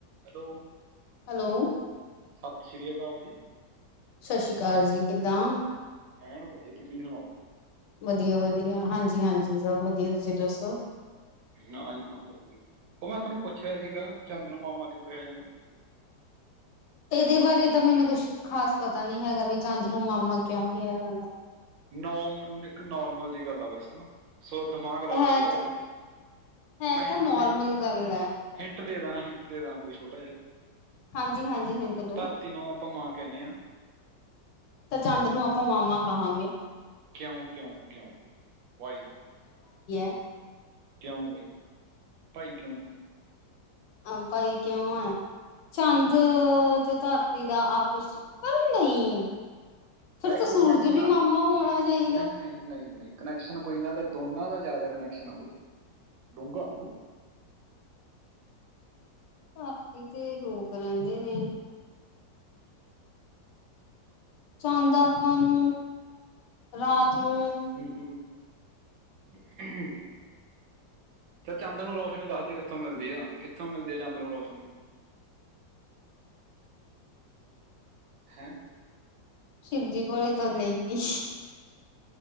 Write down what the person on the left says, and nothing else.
ਹੈਲੋ
ਸਤਿ ਸ੍ਰੀ ਅਕਾਲ ਜੀ ਕਿੱਦਾਂ?
ਵਧੀਆ- ਵਧੀਆ ਹਾਂਜੀ। ਹਾਂਜੀ। ਸਭ ਵਧੀਆ ਤੁਸੀਂ ਦੱਸੋ
ਇਹਦੇ ਬਾਰੇ ਤਾਂ ਮੈਨੂੰ ਕੁਛ ਖ਼ਾਸ ਪਤਾ ਨੀ ਹੈਗਾ ਵੀ ਚੰਦ ਨੂੰ ਮਾਮਾ ਕਿਉਂ ਕਿਹਾ ਜਾਂਦਾ?
ਹੈ
ਤਾਂ
ਹੈ
ਤਾਂ ਨੋਰਮਲ ਗੱਲ ਹੈ
ਹਾਂਜੀ ਹਾਂਜੀ ਹਿੰਟ ਦੋ
ਤਾਂ ਚੰਦ ਨੂੰ ਆਪਾਂ ਮਾਮਾ ਕਹਾਂਗੇ।
ਹ <unintelligible>
ਹਾਂ, ਭਾਈ ਕਿਉਂ ਹੈ ਚੰਦ ਤੇ ਧਰਤੀ ਦਾ ਆਪਸ ਪਰ ਨਹੀਂ ਫਿਰ
ਤਾਂ
ਸੂਰਜ
ਵੀ
ਮਾਮਾ ਹੋਣਾ ਚਾਈਦਾ।
ਰਾਤੀਂ ਜੇ ਰੋ ਰੈੰਦੇ ਨੇ। ਚਾੰਦ ਆਪਾਂ ਨੂੰ ਰਾਤ ਨੂੰ
ਸ਼ਿਵਜੀਪੁਰੇ ਤੋ ਲਈਦੀ।